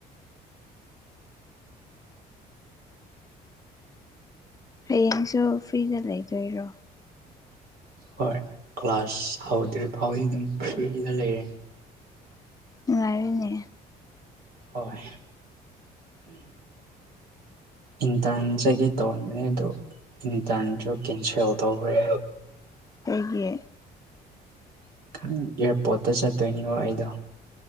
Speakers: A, on the left; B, on the right.
A: ꯍꯌꯦꯡꯁꯨ ꯐ꯭ꯔꯤꯗ ꯂꯩꯗꯣꯏꯔꯣ
B: ꯍꯣꯏ ꯀ꯭ꯂꯥꯁ ꯍꯧꯗ꯭ꯔꯤ ꯐꯥꯎꯗꯤ ꯗꯨꯝ ꯐ꯭ꯔꯤꯗ ꯂꯩꯔꯅꯤ
A: ꯅꯨꯉꯥꯏꯔꯦꯅꯦ
B: ꯍꯣꯏ ꯏꯟꯇꯔꯟ ꯆꯠꯀꯦ ꯇꯧꯔꯝꯕꯅꯦ ꯗꯨ ꯏꯟꯇꯔꯟ ꯗꯣ ꯀꯦꯟꯁꯦꯜ ꯇꯧꯈ꯭ꯔꯦ
A: ꯀꯩꯒꯤ
B: ꯑꯦꯌꯥꯔꯄꯣꯔꯠꯇ ꯆꯠꯇꯣꯏꯅꯤꯉꯣ ꯑꯩꯗꯣ